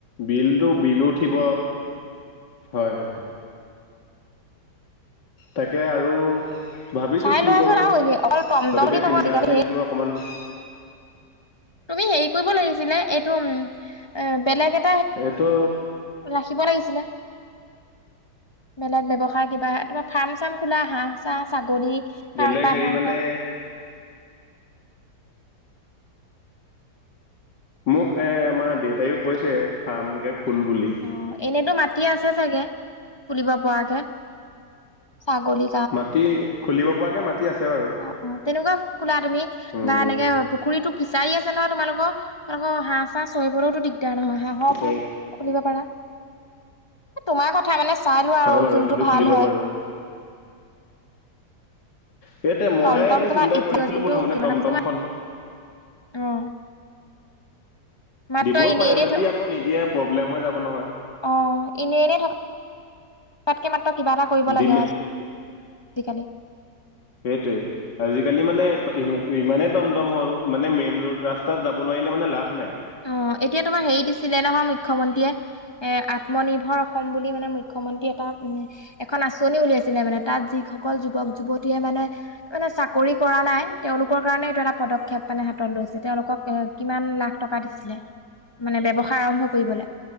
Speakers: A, on the left; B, on the left.
A: বিলটো, বিলো উঠিব, হয়, হয়। তাকে, আৰু ভাবিছোঁ
B: চাই
A: কি
B: লোৱাচোন
A: কৰোঁ,
B: আৰু
A: সেইটোকে
B: অকল টমটম দি নহয়
A: চিন্তা
B: আজিকালি
A: কৰি বোলো অকণমান
B: তুমি হেৰি কৰিব লাগিছিলে, এইটো উম, এ, বেলেগ এ
A: এইটো
B: ৰাখিব লাগিছিলে। বেলেগ ব্যৱসায় কিবা তোমাৰ ফাৰ্ম, চাৰ্ম খোলা হাঁহ, চাহ, ছাগলী ফাৰ্ম
A: বেলেগ
B: বা
A: হেৰি
B: হাঁহ
A: মানে
B: ফাৰ্ম
A: মোক এ, আমাৰ দেউতাইও কৈছে, ফাৰ্মকে খোল বুলি।
B: অ', এনেতো মাটি আছে চাগে? খুলিব পৰাকে ছাগলী
A: মাটি, খুলিব পৰাকে মাটি আছে বাৰু।
B: অ', অ', তেনেকুৱা খোলা তুমি,
A: উম
B: বা এনেকে পুখুৰীটো ফিচাৰী আছে নহয় তোমালোকৰ, তোমালোকৰ হাঁহ, চাঁহ চৰিবলৈওতো দিগদাৰ নহয়, হাঁহৰ
A: পিছে
B: ফ্ৰাম খুলিব পাৰা। তোমাৰ কথা মানে চাই লোৱা
A: হয়
B: আৰু
A: বাৰু
B: যোনটো
A: সেইটো
B: ভাল
A: খুলিব
B: হয়।
A: পাৰো সেইটোয়ে মই
B: টমটম
A: এনে
B: তোমাৰ
A: চিন্তা
B: এতিয়াও
A: কৰিছিলোঁ
B: কিন্তু
A: প্ৰথমতে
B: কিমানৰ
A: টমটমখন
B: পিছত তোমাৰ অ'। মাত্ৰ
A: দিবও
B: এনেই
A: পাৰে
B: এনেই
A: যদি
B: থ
A: আকৌ নিদিয়ে প্ৰব্লেম হৈ যাব নহয়।
B: অ', এনে, এনে থকাতকে মাত্ৰ কিবা এটা কৰিব
A: দিলে
B: লাগে আৰু আজি আজিকালি
A: সেইটোৱে আজিকালি মানে ইনে-ইমানেই টমটম হ'ল, মানে মেইন ৰোড ৰাস্তাত যাব নোৱাৰিলে মানে লাভ নাই।
B: অ', এতিয়া তোমাৰ হেৰি দিছিলে নহয়, মুখ্যমন্ত্ৰীয়ে এ, আত্মনিৰ্ভৰ অসম বুলি মানে মুখ্যমন্ত্ৰীয়ে এটা এখন আঁচনি উলিয়াইছিলে মানে, তাত যিসকল যুৱক, যুৱতীয়ে মানে মানে চাকৰি কৰা নাই তেওঁলোকৰ কাৰণে এইটো এটা পদক্ষেপ মানে হাতত লৈছে, তেওঁলোকক এ, কিমান লাখ টকা দিছিলে, মানে ব্যৱসায় আৰম্ভ কৰিবলে।